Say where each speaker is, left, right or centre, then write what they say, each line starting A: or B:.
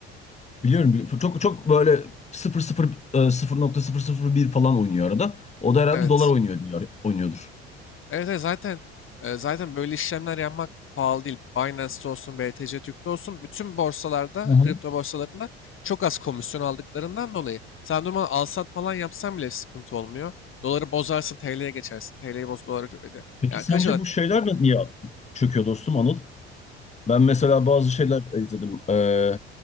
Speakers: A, on the left; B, on the left.
A: Biliyorum, biliyorum. Çok çok böyle sıfır sıfır e, sıfır nokta sıfır sıfır bir falan oynuyor arada. O da herhalde
B: Evet.
A: dolar oynuyor diye oynuyordur.
B: Evet, evet, zaten e, zaten böyle işlemler yapmak pahalı değil. Binance'te olsun, BTC Türk'te olsun bütün borsalarda,
A: Hı hı.
B: kripto borsalarında çok az komisyon aldıklarından dolayı sen normal alsat falan yapsan bile sıkıntı olmuyor. Doları bozarsın, TL'ye geçersin. TL'yi boz doları,
A: Peki
B: Ya
A: sence
B: kaç alır?
A: bu şeyler niye çöküyor dostum Anıl? Ben mesela bazı şeyler izledim. Ee,